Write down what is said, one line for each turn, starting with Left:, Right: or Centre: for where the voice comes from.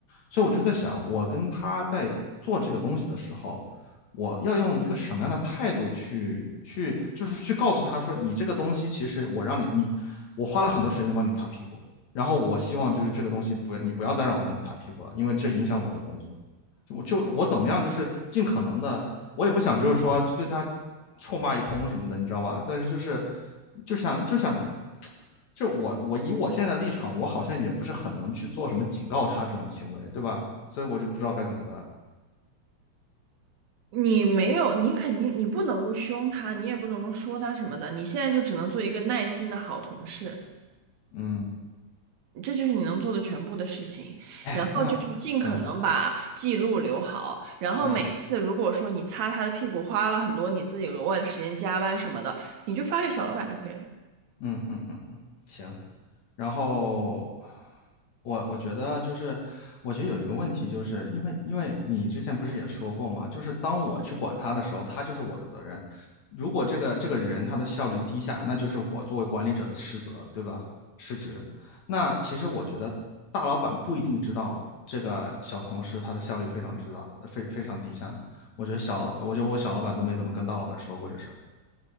Left: 所以我就在想，我跟他在做这个东西的时候，我要用一个什么样的态度去去，就是去告诉他说，你这个东西其实我让你你我花了很多时间帮你擦屁股，然后我希望就是这个东西不你不要再让我帮你擦屁股了，因为这影响我的工作。就我就我怎么样，就是尽可能的，我也不想就是说就对他臭骂一通什么的，你知道吧？但是就是就想就想，就我我以我现在的立场，我好像也不是很能去做什么警告他这种行为，对吧？所以我就不知道该怎么办。
Right: 你没有，你肯定你不能够凶他，你也不能够说他什么的，你现在就只能做一个耐心的好同事。
Left: 嗯，
Right: 这就是你能做的全部的事情，
Left: 哎，
Right: 然后就是尽可能把记录留好，
Left: 那呃嗯。
Right: 然后每次如果说你擦他的屁股花了很多你自己额外的时间加班什么的，
Left: 嗯
Right: 你就发给小老板就可以了。
Left: 嗯嗯嗯，行。然后我我觉得就是，我觉得有一个问题，就是因为因为你之前不是也说过嘛，就是当我去管他的时候，他就是我的责任。如果这个这个人他的效率低下，那就是我作为管理者的失责，对吧？失职。那其实我觉得大老板不一定知道这个小同事他的效率非常之大，非非常低下呢。我觉得小老，我觉得我小老板都没怎么跟大老板说过这事儿。